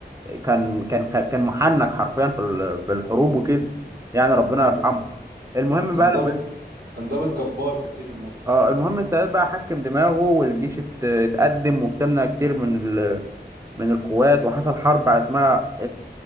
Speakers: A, on the right; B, on the right.
A: كان كان كان محنك حرفيا في ال- في الحروب وكده يعني ربنا
B: امم
A: يرحمه
B: ده
A: المهم
B: كان
A: بقى
B: ضابط
A: لما
B: كان ضابط جبار في الجيش المصري
A: اه المهم السادات بقى حكم دماغه والجيش ات- اتقدم وكسبنا كتير من ال... من القوات وحصل حرب اسمها